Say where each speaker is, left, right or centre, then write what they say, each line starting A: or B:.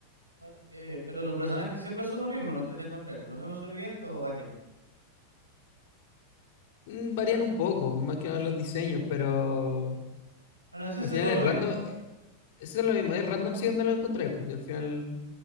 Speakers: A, on the right; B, on the left.
A: Ah, Eh, pero los personajes siempre son los mismos, los que te encontré, pues, los mismos sobrevivientes o varían.
B: Mm, Varían un poco, más que nada los diseños, pero
A: Pero no sé
B: al
A: si
B: final
A: son
B: es
A: lo mismo,
B: random. Eso es lo mismo, es random si donde lo encontráis, pues y al final,